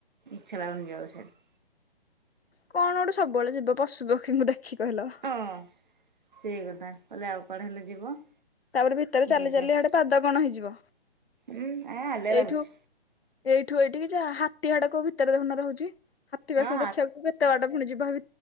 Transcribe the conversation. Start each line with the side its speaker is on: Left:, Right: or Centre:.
Right: ଇଚ୍ଛା ଲାଉନି ଯିବାକୁ ସିଆଡେ।
Left: କଣ ଗୋଟେ ସବୁବେଳେ ଯିବ ପଶୁ ପକ୍ଷୀଙ୍କୁ ଦେଖି କହିଲ?
Right: ହଁ ସେଇ କଥା କହିଲେ ଆଉ କୁଆଡେ ହେଲେ ଯିବ।
Left: ତାପରେ ଭିତରେ ଚାଲି
Right: ବୁଲିକି
Left: ଚାଲି
Right: ଆସ
Left: ଇଆଡେ ପାଦ କଣ ହେଇଯିବ।
Right: ଉଁ ଆଲିଆ
Left: ଏଇଠୁ
Right: ଲାଗୁଛି
Left: ଏଇଠୁ ଏଇଠିକି ଯା। ହାତୀ ହିଆଡେ କୋଉ ଭିତରେ ଦେଖୁନ ରହୁଛି। ହାତୀ
Right: ହଁ
Left: ପାଖକୁ ଦେଖିଆକୁ କେତେ ବାଟ ପୁଣି ଯିବା। <inaudible>